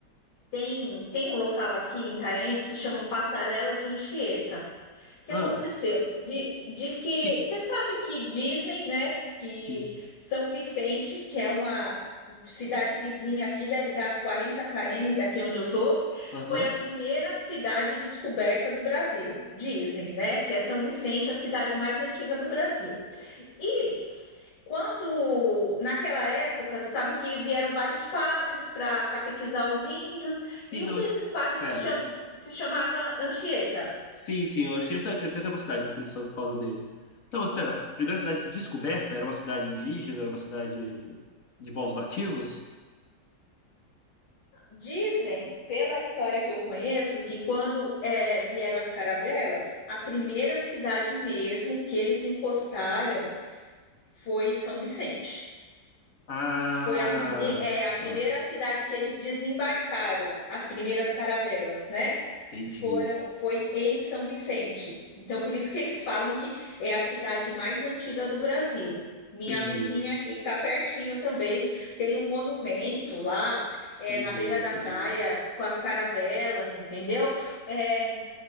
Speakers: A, on the left; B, on the left.
A: tem, tem um local aqui em Itanhaém que se chama Passarela de Anchieta. O que
B: Ah,
A: aconteceu? Di- diz que
B: que,
A: você sabe que dizem, né, que
B: que,
A: São Vicente, que é uma cidade vizinha aqui, deve dar 40 km daqui onde eu tô,
B: aham.
A: foi a primeira cidade descoberta do Brasil. Dizem, né, que é São Vicente, a cidade mais antiga do Brasil. E quando naquela época, sabe que vieram vários padres para catequizar os índios,
B: Sim,
A: e
B: não,
A: um desses
B: mas,
A: padres
B: pera.
A: se cham- se chamava Anchieta.
B: Sim, sim, eu achei até, que até tem uma cidade no Espírito Santo por causa dele. Não, mas pera, a primeira cidade de descoberta era uma cidade indígena, era uma cidade de povos nativos?
A: Dizem, pela história que eu conheço, que quando eh, vieram as caravelas, a primeira cidade mesmo que eles encostaram foi São Vicente,
B: Ah,
A: que foi a, prime- eh, a primeira
B: tá.
A: cidade que eles desembarcaram as primeiras caravelas, né?
B: Entendi,
A: foram foi em São Vicente. Então, por isso que eles falam que é a cidade mais antiga do Brasil. Minha
B: entendi,
A: vizinha aqui, que está pertinho também, tem um monumento lá, é,
B: entendi,
A: na beira
B: entendi.
A: da praia, com as caravelas, entendeu? É,